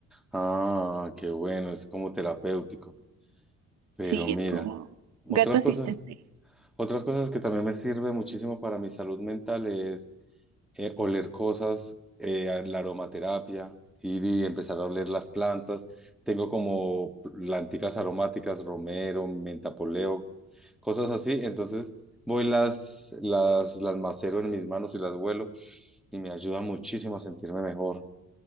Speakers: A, in the centre; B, on the right.
A: Ah, qué bueno, es como terapéutico. Pero
B: Sí,
A: mira,
B: es como
A: otras
B: gato asistente.
A: cosas, otras cosas que también me sirve muchísimo para mi salud mental es eh, oler cosas, eh, la aromaterapia, ir y empezar a oler las plantas. Tengo como planticas aromáticas, romero, menta poleo, cosas así. Entonces voy las, las, las macero en mis manos y las vuelo y me ayuda muchísimo a sentirme mejor.